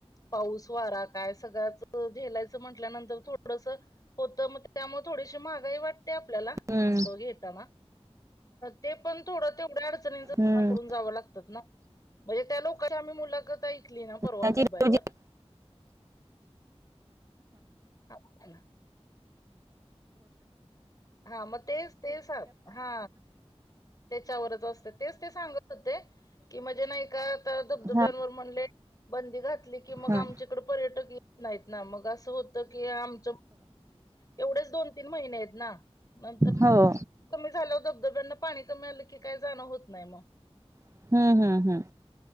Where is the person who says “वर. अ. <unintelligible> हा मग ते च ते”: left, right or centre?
Left